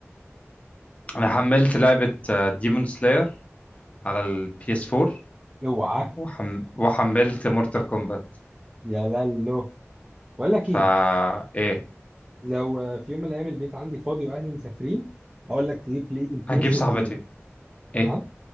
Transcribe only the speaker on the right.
اوعى
يا لالو بقول لك ايه
لو في يوم من الايام البيت عندي فاضي واهلي مسافرين اقول لك تجيب لي البي
اس
وتيجي
نعم